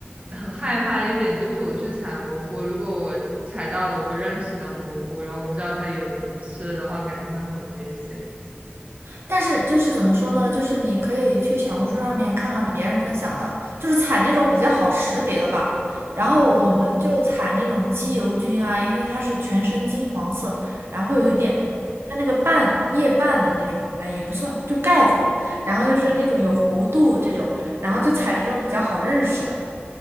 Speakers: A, on the right; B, on the right.
A: 很害怕一点就是我去采蘑菇，如果我采到了我不认识的蘑菇，然后我不知道它有毒吃了的话，感觉会很危险。
B: 但是就是怎么说呢？就是你可以去小红书上面看看别人分享的，就是采那种比较好识别的吧。然后我们就采那种机油菌啊，
A: 哦，
B: 因为它是全身金黄色，然后会有一点它那个瓣叶瓣的那种，
A: 嗯，
B: 哎也不算，就盖子吧。然后就是那种有弧度这种，
A: 哦，
B: 然后就采这种比较好认识的。